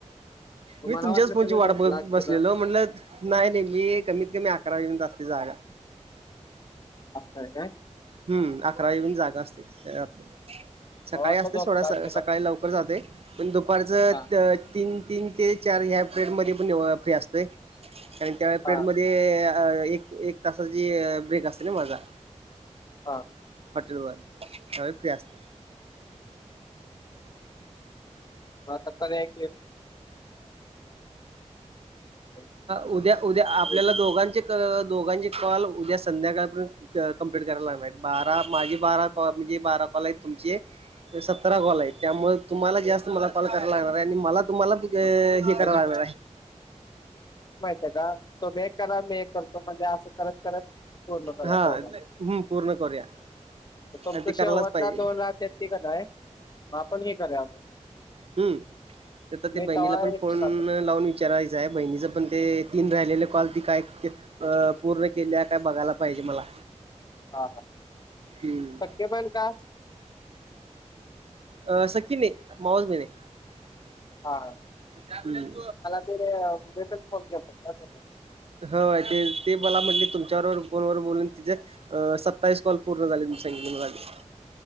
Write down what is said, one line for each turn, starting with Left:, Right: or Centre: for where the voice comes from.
Left: मग
Right: मी
Left: मला
Right: तुमच्याच
Left: वाटलं
Right: फोनची
Left: तुम्ही
Right: वाट
Left: झोपला
Right: बघत
Left: असशीला
Right: बसलेलो म्हणलंत् नाई नी मी कमीत कमी अकरा वाजेपर्यंत् असतोय जागा.
Left: असताय काय.
Right: हम्म अकरा वाजेपयंत् जागा असतोय <unintelligible> सकाळी
Left: मला वाटलं
Right: असते
Left: झोपला
Right: सोडा स
Left: असशीला
Right: सकाळी लवकर जातेय पण दुपारचं
Left: हा
Right: त तीन तीन ते चार ह्या प्रेड मधे पण व फ्री असतेय कारण त्या प्रेडमध्ये
Left: हा
Right: ते एक एक तासाची ब्रेक असते ना माझा.
Left: हां.
Right: हॉटेल वर त्यवेळी फ्री असतेय.
Left: म आता पर्याय <unintelligible>
Right: उद्या उद्या आपल्याला
Left: हो,
Right: त दोघांचे कॉल उद्या संध्याकाळपर्यंत् कंप्लीट कराय लागणारेत् बारा माझी बारा कॉ म्हणजे बारा कॉलायत तुमचे सतरा कॉलाय त्यामुळं तुम्हाला जास्त मला कॉल करा लागणाराय आणि मला तुम्हाला बी ग
Left: हो.
Right: हे
Left: म्हणजे
Right: करा लागणाराय.
Left: तुमी एक करा मी एक करतो म्हणजे असं करत करत पूर्ण करुया
Right: हा
Left: दोघं.
Right: हम्म, पूर्ण करूया
Left: तुमचं
Right: आणि ते करायलाच
Left: शेवटला
Right: पाहिजे
Left: दोन ला ते तिक नाय म आपण हे करूया म
Right: हम् त ते बहिणीला
Left: तेव्हा
Right: पण
Left: एक्स्ट्रा
Right: फोन
Left: करतो
Right: लावून चरायचंय बहिणीच पण ते तीन रायलेले कॉल ती काय अ पूर्ण केल्या का बघाला पायजे मला.
Left: हा हा,
Right: हम्म.
Left: सख्खी बहीण का?
Right: अ सक्की नी मावस बहीणे.
Left: हा.
Right: हम्.
Left: तर मी त्याल फोन केलता <unintelligible>
Right: हो ते ते मला म्हणली तुमच्यावरवर फोनवर बोलून तिचं अ सत्तावीस कॉल पूर्ण झाले म्हण सांगीतलं मलाबी.